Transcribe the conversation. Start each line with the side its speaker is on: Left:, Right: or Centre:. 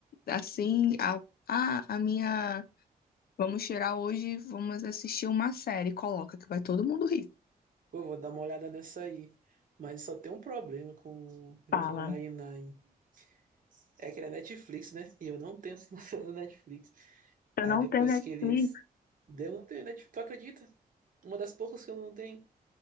Left: Assim, a, ah, a minha. Vamos tirar hoje, vamos assistir uma série. Coloca que vai todo mundo rir.
Right: Pô, vou dar uma olhada nessa aí. Mas só tem um problema com Brooklyn
Left: Fala.
Right: Nine-Nine. É que ele é Netflix, né? E eu não tenho <laughs> assinatura da Netflix.
Left: Se
Right: Aí
Left: eu não
Right: depois
Left: tenho Netflix,
Right: que eles... Eu não tenho Netflix, tu acredita? Uma das poucas que eu não tenho.